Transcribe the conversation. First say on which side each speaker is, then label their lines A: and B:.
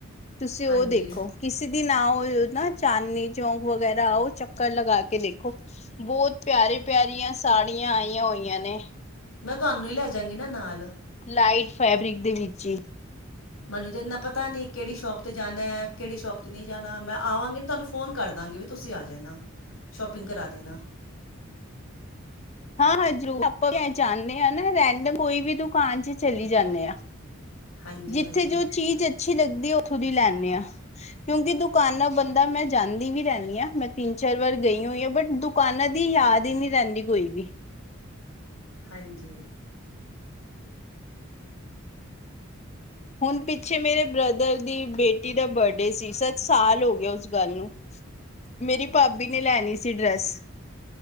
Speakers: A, on the left; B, on the left.
A: ਤੁਸੀਂ
B: ਹਾਂਜੀ
A: ਓ ਦੇਖੋ ਕਿਸੇ ਦਿਨ ਆਓ ਅ ਨਾ ਚਾਨਨੀ ਚੌਂਕ ਵਗੈਰਾ ਆ ਉਹ ਚੱਕਰ ਲਗਾ ਕੇ ਦੇਖੋ। ਬਹੁਤ ਪਿਆਰੀ, ਪਿਆਰੀਆਂ ਸਾੜੀਆਂ ਆਈਆਂ ਹੋਈਆਂ ਨੇ।
B: ਮੈਂ ਤੁਹਾਨੂੰ ਈ ਲੈ ਜਾਗੀ ਨਾ ਨਾਲ।
A: ਲਾਈਟ ਫੈਬਰਿਕ ਦੇ ਵਿੱਚ
B: ਮੈਨੂੰ ਤੇ ਇੰਨਾ ਪਤਾ ਨੀ ਕਿਹੜੀ ਸ਼ੋਪ ਤੇ ਜਾਣਾ, ਕਿਹੜੀ ਸ਼ੋਪ ਤੇ ਨਈਂ ਜਾਣਾ ਮੈਂ ਆਵਾਂਗੀ ਤੁਹਾਨੂੰ ਫੋਨ ਕਰ ਦਾਂਗੀ। ਤੁਸੀਂ ਆ ਜਾਣਾ ਸ਼ੋਪਿੰਗ ਕਰਾ ਦੇਣਾ।
A: ਹਾਂ ਹਾਂ, ਜ਼ਰੂਰ ਆਪਾਂ ਜਾਣੇ ਆਂ ਨਾ ਰੈਂਟ ਮ ਕੋਈ ਵੀ ਦੁਕਾਨ ਚ ਚਲੀ ਜਾਣੇ ਆਂ।
B: ਹਾਂਜੀ
A: ਜਿੱਥੇ
B: ਹਾਂਜੀ
A: ਜੋ ਚੀਜ਼ ਅੱਛੀ ਲੱਗਦੀ ਉੱਥੋਂ ਦੀ ਲੈ ਆਣੇ ਆਂ। ਕਿਉਂਕਿ ਦੁਕਾਨਾਂ ਬੰਦਾ ਮੈਂ ਜਾਂਦੀ ਵੀ ਰਹਿੰਣੀ ਆਂ, ਮੈਂ ਤਿੰਨ-ਚਾਰ ਵਾਰ ਗਈ ਹੋਈ ਆ ਬਟ ਦੁ ਦੁਕਾਨਾਂ ਦੀ ਯਾਦ ਈ ਨੀਂ ਰਹਿੰਦੀ ਕੋਈ ਵੀ।
B: ਹਾਂਜੀ।
A: ਹੁਣ ਪਿੱਛੇ ਮੇਰੇ ਬ੍ਰਦਰ ਦੀ ਬੇਟੀ ਟੀ ਦਾ ਬਰਡੇ ਸੀ ਸਤ ਸਾਲ ਹੋ ਗਿਆ ਉਸ ਗੱਲ ਨੂੰ ਮੇਰੀ ਭਾਬੀ ਨੇ ਲੈਣੀ ਸੀ ਡਰੈੱਸ